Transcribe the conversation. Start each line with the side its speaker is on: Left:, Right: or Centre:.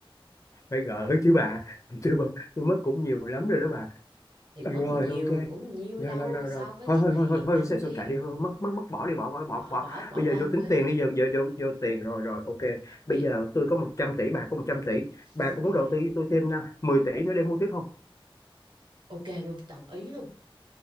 Left: phải gỡ chứ bà chứ bà tôi mất cũng nhiều lắm rồi đó bà
Right: thì mất
Left: rồi
Right: nhiều
Left: ok
Right: cũng nhiều
Left: rồi
Right: đâu
Left: rồi rồi
Right: so
Left: rồi
Right: với
Left: thôi
Right: cái
Left: thôi
Right: này
Left: thôi thôi
Right: yên
Left: thôi
Right: tâm
Left: sẽ sẽ
Right: đi
Left: kệ
Right: ừ.
Left: đi thôi
Right: ừ.
Left: mất mất mất bỏ đi bỏ bỏ bỏ
Right: bỏ
Left: bỏ
Right: bỏ bỏ
Left: bây
Right: qua
Left: giờ vô
Right: một
Left: tính
Right: bên
Left: tiền
Right: đi
Left: đi giờ giờ vô vô tiền rồi rồi ok bây
Right: biết
Left: giờ tôi có một trăm tỷ bà có một trăm tỷ bà
Right: đúng
Left: có
Right: rồi
Left: muốn đầu tư với tôi thêm à, 10 tỷ nữa để mua tiếp không
Right: ok luôn đồng ý luôn